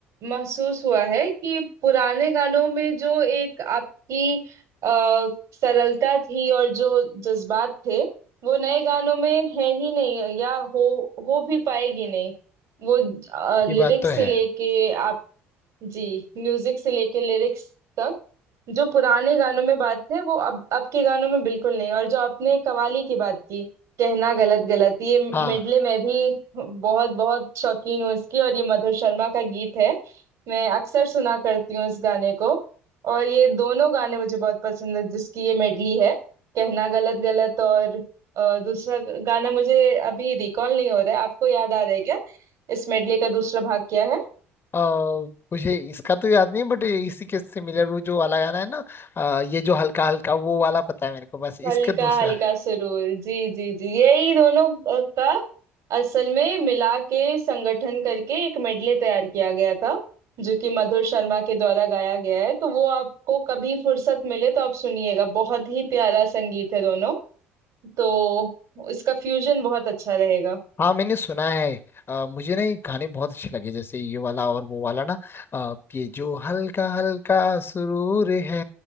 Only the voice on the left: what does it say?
ये बात तो है
हाँ
अ, मुझे इसका तो याद नहीं बट इसी के सिमिलर वो जो वाला गाना है ना अ, ये जो हल्का हल्का वो वाला पता है मेरे को बस इसका
दूसरा
हाँ मैंने सुना है अ, मुझे ना ये गाने बहुत अच्छे लगे जैसे ये वाला और वो वाला ना अ, ये जो हल्का हल्का सुरूर है